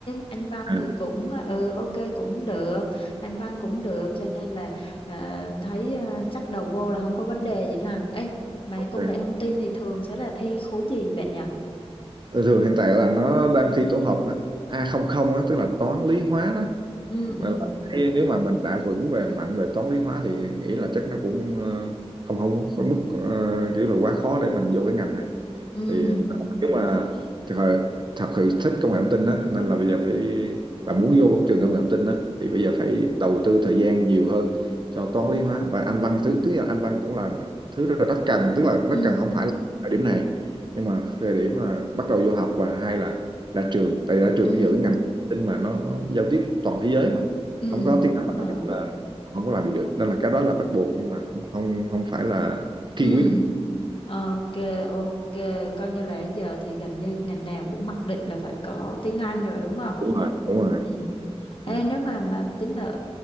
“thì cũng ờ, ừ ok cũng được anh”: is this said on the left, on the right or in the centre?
Left